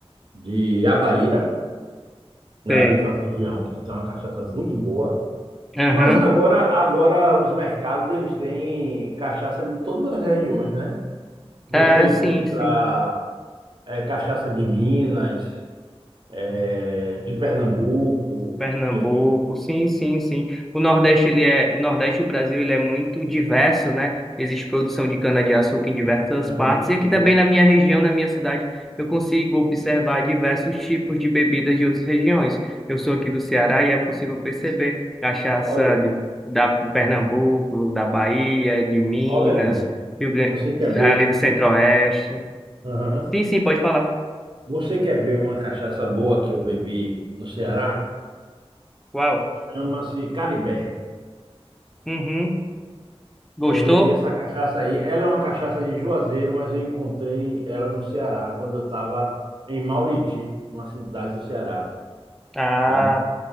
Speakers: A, on the right; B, in the centre.
A: de Abaíra, né?
B: Sei.
A: Que é uma região que tem uma cachaça muito boa.
B: Aham.
A: Mas agora, agora os mercados eles têm cachaça de todas as regiões, né? Você
B: É,
A: encontra
B: sim, sim.
A: eh, cachaça de Minas, eh, de Pernambuco,
B: Pernambuco,
A: enfim,
B: sim, sim, sim. O Nordeste, ele é, o Nordeste, o Brasil, ele é muito diverso, né? Existe produção de cana-de-açúcar em diversas
A: cana-de-açúcar.
B: partes. E aqui também na minha região, na minha cidade, eu consigo observar diversos tipos de bebidas de outras regiões. Eu sou aqui do Ceará e é possível perceber cachaça
A: Olha,
B: de, da Pernambuco, da Bahia, de Minas,
A: ó, Leandro,
B: Rio Grande,
A: você quer ver?
B: ali do Centro-Oeste.
A: Aham.
B: Sim, sim, pode falar.
A: Você quer ver uma cachaça boa que eu bebi no Ceará?
B: Uau.
A: Chama-se Caribé.
B: Uhum. Gostou?
A: Eu bebi essa cachaça aí. Ela é uma cachaça de Juazeiro, mas eu encontrei ela no Ceará quando eu estava em Mauriti, uma cidade do Ceará.
B: Ah.
A: né?